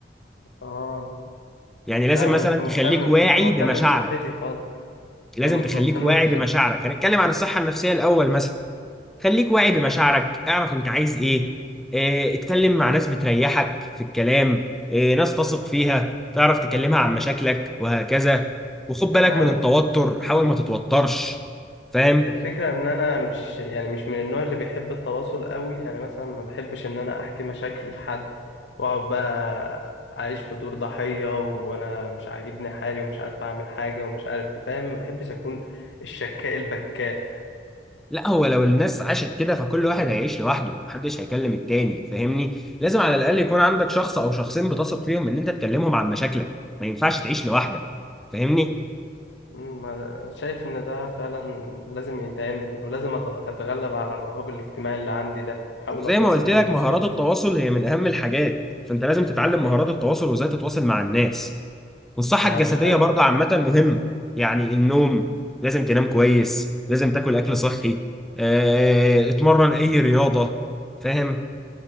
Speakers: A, on the left (about 80°); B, in the centre.
A: اه
B: يعني لازم
A: لا انا
B: مثلا
A: مش مهتم
B: تخليك واعي
A: ب... مش مهتم
B: بمشاعرك
A: بصحتي خالص
B: لازم
A: يعني مش
B: تخليك
A: مهتم
B: واعي بمشاعرك هنتكلم عن الصحه النفسيه الاول مثلا خليك واعي بمشاعرك اعرف انت عايز ايه اه اتكلم مع ناس بتريحك في الكلام اه ناس تثق فيها تعرف تكلمها عن مشاكلك وهكذا وخد بالك
A: بس
B: من التوتر حاول ما تتوترش فاهم
A: الفكرة ان انا مش يعني مش من النوع اللي بيحب التواصل قوي يعني مثلا ما بحبش ان انا احكي مشاكلي لحد واقعد بقى اعيش في دور ضحية وانا مش عاجبني حالي ومش عارف اعمل حاجة ومش عارف إيه، فاهم ما بحبش اكون الشكاء البكاء
B: لا هو لو الناس عاشت كده فكل واحد هيعيش لوحده محدش هيكلم التاني فاهمني لازم على الاقل يكون عندك شخص او شخصين بتثق فيهم ان انت تكلمهم عن مشاكلك ما ينفعش تعيش لوحدك فاهمني
A: مم، ما- شايف ان ده فعلا لازم يتعمل ولازم أتغ- اتغلب على الرهاب الاجتماعي اللي عندي ده احاول
B: وزي
A: اتواصل
B: ما قلت
A: مع
B: لك
A: ناس
B: مهارات
A: اكتر
B: التواصل هي من اهم الحاجات فانت لازم تتعلم مهارات التواصل وازاي تتواصل مع الناس والصحة
A: ما
B: الجسدية
A: مش عارف
B: برضه عامة مهمة يعني النوم لازم تنام كويس لازم تاكل أكل صحي آه، اتمرن أي رياضة فاهم؟